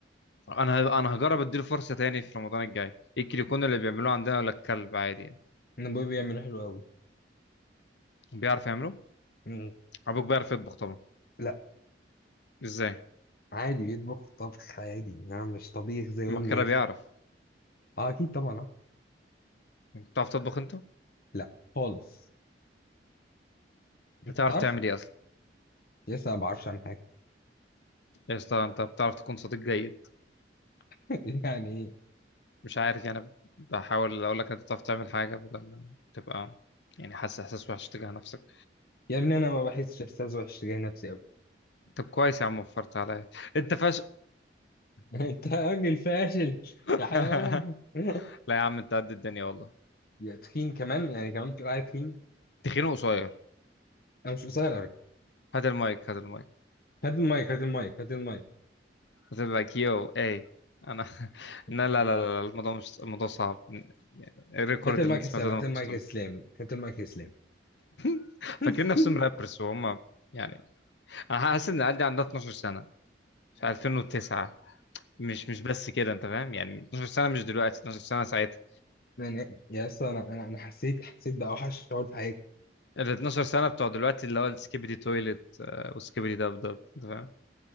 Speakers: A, on the left; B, on the left.
A: انا ه- انا هجرب اديله فرصه تاني في رمضان الجاي يمكن يكون اللي بيعملوه عندنا ولا الكلب عادي يعني
B: انا ابويا بيعمله حلو قوي
A: بيعرف يعمله
B: مم.
A: ابوك بيعرف يطبخ طبعا
B: لا
A: ازاي
B: عادي بيطبخ طبخ عادي يعني مش طبيخ زي امي
A: ما كده
B: مثلا
A: بيعرف
B: اه اكيد طبعا آه.
A: بتعرف تطبخ انت
B: لا خالص انت
A: بتعرف
B: تعرف
A: تعمل ايه اصلا
B: لسه ما بعرفش عن حاجه
A: يا اسطى انت بتعرف تكون صديق جيد
B: <laughs> يعني ايه
A: مش عارف يعني بحاول اقول لك انت بتعرف تعمل حاجه بدل ما تبقى يعني حاسس احساس وحش تجاه نفسك
B: يا ابني انا ما بحسش احساس وحش تجاه نفسي قوي
A: طب كويس يا عم وفرت عليا انت فاشل
B: <laughs> انت راجل فاشل
A: <laughs>
B: يا حيوان <laughs>
A: لا يا عم انت قد الدنيا والله
B: يا تخين كمان يعني كمان تقول عليا تخين
A: تخينه قصير
B: انا مش قصير على فكره
A: هات المايك هات المايك
B: هات المايك هات المايك هات المايك
A: هتبقى كيو اي انا <laughs>
B: <clears throat>
A: لا لا لا لا الموضوع مش الموضوع صعب يعني الريكورد
B: هات المايك
A: اللي انت
B: يا
A: سمعته
B: اسلام
A: ده
B: هات
A: ما كنتش
B: المايك
A: طبيعي
B: يا اسلام هات المايك يا اسلام
A: <laughs>
B: <laughs>
A: فاكرين نفسهم رابرز وهم يعني انا حاسس ان عندي عندها 12 سنه في 2009 مش مش بس كده انت فاهم يعني 12 سنه مش دلوقتي 12 سنه ساعتها
B: يعني يا اسطى انا انا أنا حسيت حسيت باوحش شعور في حياتي
A: ال 12 سنه بتوع دلوقتي اللي هو السكيبيدي تويلت آه، وسكيبيدي دب دب انت فاهم